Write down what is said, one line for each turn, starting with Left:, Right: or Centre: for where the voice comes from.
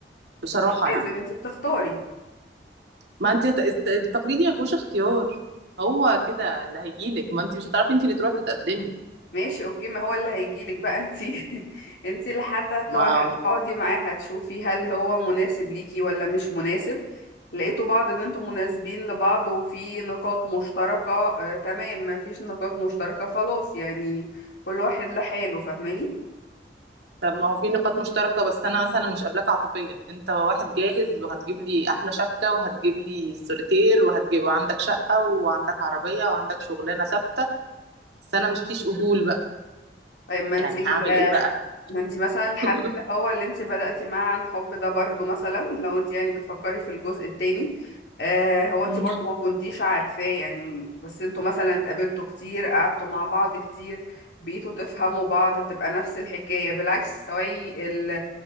Right: بصراحه
Left: مش لازم
Right: يعني
Left: انت بتختاري
Right: ما انت هت- الت- التقليدي ما فيهوش اختيار هو كده اللي هيجيلك ما انت مش هتعرفي انت اللي تروحي تتقدمي
Left: ماشي اوكي ما هو اللي هيجيلك بقى انت <laughs> انت لحد هت-
Right: ما
Left: هتقعدي معاه هتشوفي هل هو مناسب ليكي ولا مش مناسب لقيتوا بعض ان انتم مناسبين لبعض وفي نقاط مشتركة آه تمام ما فيش نقاط مشتركة خلاص يعني كل واحد لحاله فاهماني
Right: طب ما هو في نقاط مشتركة بس أنا مثلا مش قابلاك عاطفيا أنت واحد جاهز وهتجيب لي أحلى شبكة وهتجيب لي السوليتير وهتجيب وعندك شقة وعندك عربية وعندك شغلانة ثابتة بس أنا مش فيش قبول بقى
Left: طيب ما
Right: يعني
Left: انت ال...
Right: هعمل إيه بقى
Left: ما انت مثلا الحد
Right: <laughs>
Left: اللي هو اللي انت بدأتي معاه عن حب ده برضو مثلا لو انت يعني بتفكري في الجزء التاني آه هو انت
Right: مم.
Left: برضو ما كنتيش عارفاه يعني بس انتوا مثلا اتقابلتوا كتير قعدتوا مع بعض كتير بقيتوا تفهموا بعض هتبقى نفس الحكاية بالعكس سواء ال...